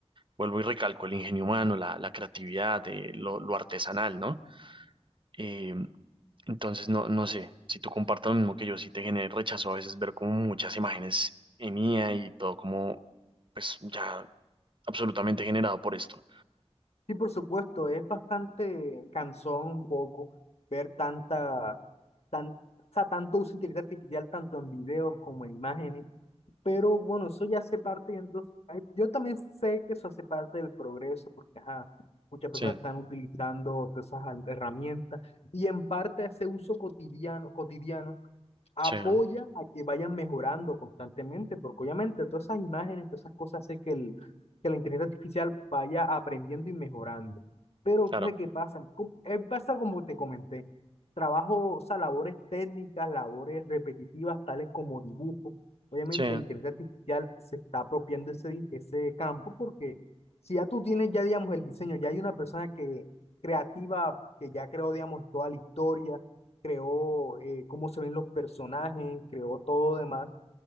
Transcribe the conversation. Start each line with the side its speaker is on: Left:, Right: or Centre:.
Right: vuelvo y recalco, el ingenio humano, la, la creatividad, eh, lo, lo artesanal, ¿no? Eh, entonces, no, no sé, si tú compartas lo mismo que yo, si te genera rechazo a veces ver como muchas imágenes en IA y todo como, pues ya absolutamente generado por esto.
Left: Sí, por supuesto, es bastante cansón un poco ver tanta tan, o sea, tanto uso de inteligencia artificial tanto en videos como en imágenes, pero bueno, eso ya hace parte, y entonces, ay, yo también sé que eso hace parte del progreso, porque ajá, muchas personas
Right: Sí,
Left: están utilizando todas esas al- herramientas, y en parte ese uso cotidiano, cotidiano apoya
Right: sí, ¿no?
Left: a que vayan mejorando constantemente, porque obviamente todas esas imágenes, todas esas cosas hace que, el, que la inteligencia artificial vaya aprendiendo y mejorando. Pero entonces,
Right: claro,
Left: ¿qué pasa? Co- eh, Pasa como te comenté, trabajo, o sea, labores técnicas, labores repetitivas, tales como dibujo. Obviamente
Right: sí,
Left: la inteligencia artificial se está apropiando ese, di- ese campo porque si ya tú tienes ya, digamos, el diseño, ya hay una persona que creativa que ya creó, digamos, toda la historia, creó eh, cómo se ven los personajes, creó todo demás.